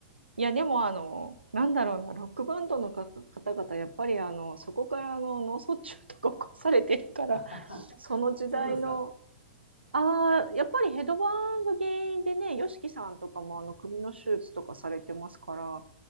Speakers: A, on the right; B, on the left.
A: いや、でも、あの、なんだろうな、ロックバンドのか方々、やっぱり、あの、そこからあの脳卒中とか起こされてるから、
B: <laughs>
A: その時代の、
B: そうなんですか。
A: ああ、やっぱりヘドバンが原因でね、YOSHIKI さんとかもあの首の手術とかされてますから、